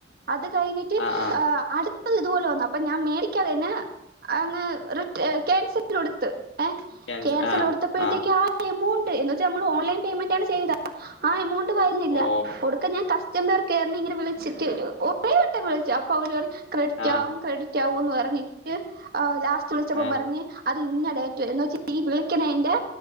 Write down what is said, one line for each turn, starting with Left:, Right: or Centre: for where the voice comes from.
Right: അത് കഴിഞ്ഞിട്ട്
Left: ആ ആ
Right: ഏഹ് അടു ത്ത ഇതുപോലെ വന്നു. അപ്പൊ ഞാൻ മേടിക്കാതെ ന്നെ അങ്ങ് റിട്ടെ ക്യാൻസൽടുത്ത്. അഹ്
Left: ക്യാൻസൽ
Right: കെൻസലൊടുത്തപ്പോഴത്തേക്
Left: ആ ആ
Right: ആഹ് എമൗണ്ട് എന്നുവച്ച നമ്മൾ ഓൺലൈൻ പേയ്മെന്റ് ആണ് ചെയ്താ. ആഹ് എമൗണ്ട് വരുന്നില്ല.
Left: ഓ
Right: കൊടുക്ക ഞാൻ കസ്റ്റംബേർ കേയറി ഇങ്ങനെ വിളിച്ചിട്ട് വരു. ഓഹ് ട്ട വിളിച്. അപ്പൊ അവര് പറഞ് ക്രെഡിറ്റാകും.
Left: ആ
Right: ക്രെഡിറ്റ് ആകും ന്ന് പറഞ്ഞട്ട് ആഹ് ലാ വിളിച്ചപ്പം
Left: ഏ
Right: പറഞ്ഞ് അത് ഇന്ന ടേറ്റ് വരെ വരെ എന്ന് വച്ച ഈ വിളിക്കണേന്റെ